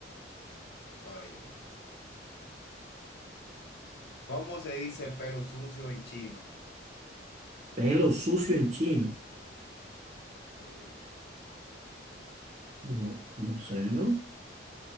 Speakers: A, on the left; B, on the right.
A: Oye, ¿cómo se dice pelo sucio en chino?
B: Pelo sucio en chino.
A: Sí,
B: No, no sé, ¿no?